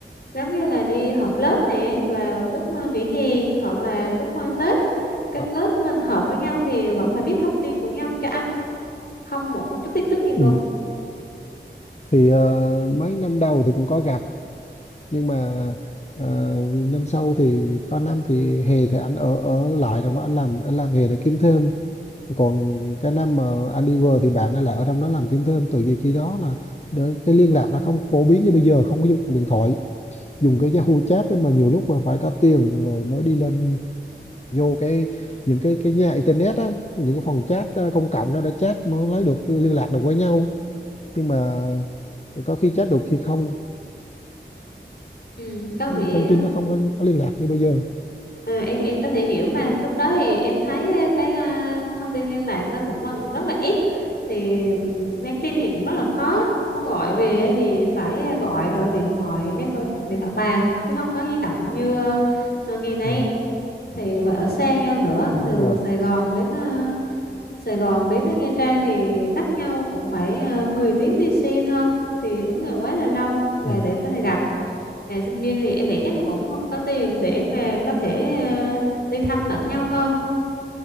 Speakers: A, on the left; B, on the left.
A: giống như là đi họp lớp nè vào lúc à, nghỉ hè hoặc là lúc à, Tết các
B: Ờ,
A: lớp mình hợp với nhau thì vẫn phải biết thông tin của nhau cho anh không một một chút tin tức gì luôn
B: ừ. thì ờ, mấy năm đầu thì cũng có gặp nhưng mà ờ, năm sau thì có năm thì hè thì anh ở ở lại rồi mà anh làm anh làm nghề để kiếm thêm còn cái năm mà anh đi vừa thì bạn ấy lại ở trong đó làm kiếm thêm từ vì khi đó là đỡ- cái liên lạc nó không phổ biến như bây giờ không có dùng điện thoại dùng cái Yahoo chat đấy mà nhiều lúc mà phải có tiền rồi mới đi lên vô cái những cái cái nhà internet á những cái phòng chat ờ, công cộng đó để chat mới lấy được liên lạc được với nhau nhưng mà có khi chat được khi không
A: ừ, có vẻ
B: thông tin nó không có liên lạc như bây giờ
A: ờ, em em có thể hiểu mà lúc đó thì em thấy ờ, cái à, thông tin liên lạc nó cũng còn rất là ít thì ừ, nhắn tin thì cũng rất là khó muốn gọi về thì phải ờ, gọi ở điện thoại máy bên- điện thoại bàn chứ không có di động như ờ, ngày nay
B: ừ,
A: thì phải ở xa nhau nữa
B: đúng
A: từ
B: rồi
A: Sài Gòn đến ờ, Sài Gòn đến Nha Trang thì cách nhau cũng phải ờ, 10 tiếng đi xe thôi thì đúng là quá là lâu và
B: ừ.
A: để có thể gặp mà sinh viên thì em nghĩ chắc là cũng không có tiền để mà có thể ờ, đi thăm lẫn nhau thôi